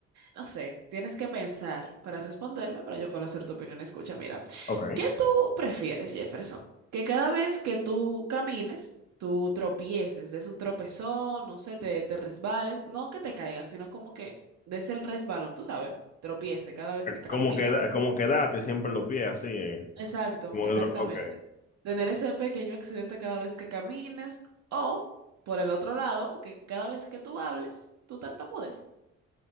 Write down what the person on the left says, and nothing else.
Ok. Eh,
Como queda, como quedate siempre los pies así, eh.
Como
que otro- ok.